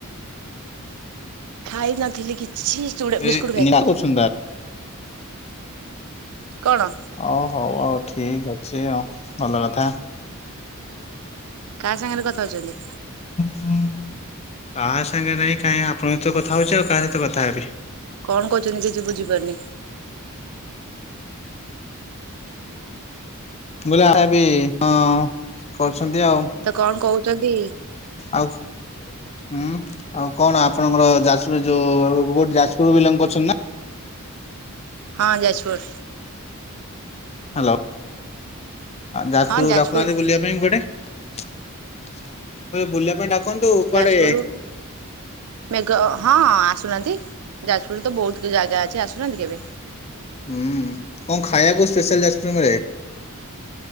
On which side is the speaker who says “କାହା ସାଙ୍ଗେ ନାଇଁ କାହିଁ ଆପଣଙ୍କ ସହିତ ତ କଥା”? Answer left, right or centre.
Left